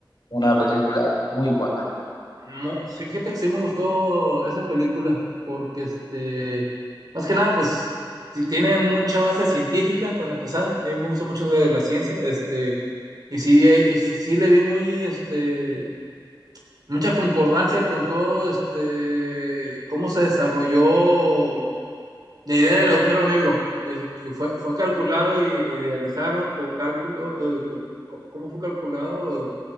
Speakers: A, on the left; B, on the right.
A: una película muy buena.
B: No, sí, fíjate que sí me gustó esa película, porque este, más que nada, pues ti- tiene mucha base científica para empezar. A mí me gusta mucho eso de la ciencia, este, y sí, hay- sí, sí le vi muy, este, mucha concordancia con todo, este, cómo se desarrolló la idea del agujero negro, que, que fue, fue calculado y lo idealizaron con cálculo, eh, con- con- ¿cómo fue calculado?